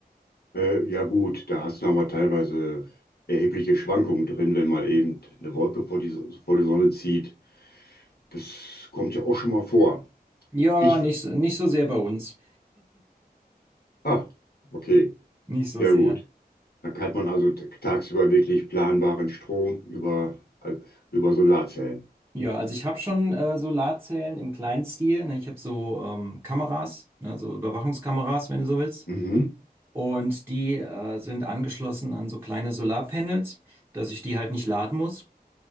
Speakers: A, on the left; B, on the right.
A: Äh, ja gut, da hast du nochmal teilweise erhebliche Schwankungen drin, wenn mal eben eine Wolke vor die, So- vor die Sonne zieht. Das kommt ja auch schon mal vor.
B: Ja,
A: Ich,
B: nicht, so- nicht so sehr bei uns.
A: ah, okay,
B: Nicht so
A: ja
B: sehr.
A: gut. Da hat man also t- tagsüber wirklich planbaren Strom über, äh, über Solarzellen.
B: Ja, also ich habe schon äh, Solarzellen im kleinen Stil. Ne? Ich habe so ähm, Kameras, ne? So Überwachungskameras, wenn du so willst.
A: Mhm.
B: Und die äh, sind angeschlossen an so kleine Solarpanels, dass ich die halt nicht laden muss.